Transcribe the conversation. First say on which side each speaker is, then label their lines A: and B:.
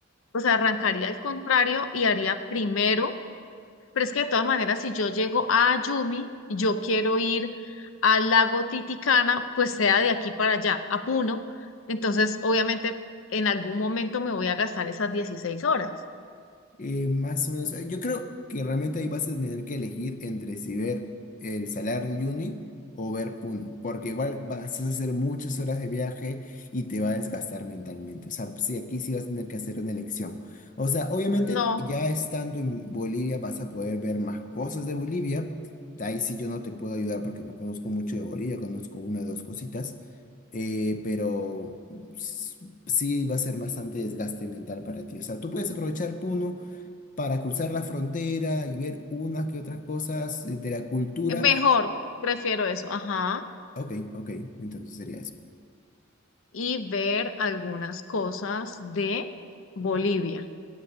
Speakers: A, on the left; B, on the left.
A: O sea, arrancaría al contrario y haría primero, pero es que de todas maneras, si yo llego a Yumi, yo quiero ir al lago Titicana, pues sea de aquí para allá, a Puno, entonces obviamente en algún momento me voy a gastar esas dieciséis horas.
B: Eh, más o menos, eh, yo creo que realmente ahí vas a tener que elegir entre si ver el Salar de Uyuni o ver Puno, porque igual vas a hacer muchas horas de viaje y te va a desgastar mentalmente. O sea, sí, aquí sí vas a tener que hacer una elección. O sea, obviamente
A: No,
B: ya estando en Bolivia vas a poder ver más cosas de Bolivia. De ahí sí yo no te puedo ayudar porque no conozco mucho de Bolivia, conozco una o dos cositas, eh, pero s- sí va a ser bastante desgaste mental para ti. O sea, tú puedes aprovechar Puno para cruzar la frontera y ver unas que otras cosas eh, de la cultura.
A: eh, mejor, prefiero eso, ajá,
B: Ok, ok, entonces sería eso.
A: y ver algunas cosas de Bolivia.